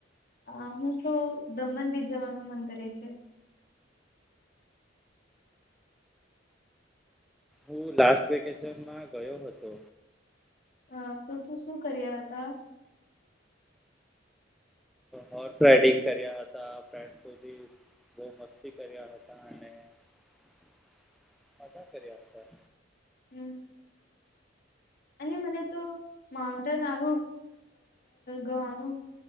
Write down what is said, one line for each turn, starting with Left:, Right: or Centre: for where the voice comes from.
Left: અ હું તો, દમણ બીચ જવાનું મન કરે છે.
Centre: હું લાસ્ટ વેકેશનમાં ગયો હતો.
Left: હ તો તું શું કર્યા હતા?
Centre: હોર્સ રાઈડિંગ કર્યા હતા ફ સુધી <unintelligible> બહુમતથી કર્યા હતા અને મજા કર્યા હતા.
Left: હમ. અને મને તો, માઉન્ટેન આવું ગવાનું.